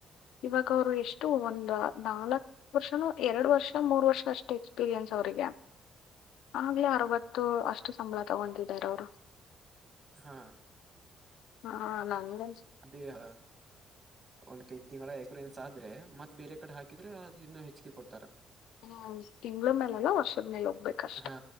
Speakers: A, on the left; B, on the right.
A: ಇವಾಗ ಅವ್ರು ಎಷ್ಟು ಒಂದ ನಾಲ್ಕ್ ವರ್ಷನ ಎರಡು ವರ್ಷ ಮೂರ್ ವರ್ಷ ಅಷ್ಟೆ <unintelligible> ಆಗ್ಲೇ ಅರವತ್ತು ಅಷ್ಟ ಸಂಬಳ ತಗೊತಿದಿದ್ದಾರ ಅವರು
B: ಹಾ
A: ಹಾ ನಂದ
B: ಅದೇ ಹ ಒಂದ ಕೈದು ತಿಂಗಳ ಎಗ ಆದ್ರೆ ಮತ್ ಬೇರೆ ಕಡೆ ಹಾಕಿದ್ರೆ ಅಲ್ಲಿನ್ನು ಹೆಚ್ಚಿಗೆ ಕೊಡ್ತಾರ
A: ಹ್ಮ್ ತಿಂಗಳ ಮೇಲಲ್ಲ ವರ್ಷದ ಮೇಲೆ ಹೋಗ್ಬೇಕಷ್ಟೇ
B: ಹಾ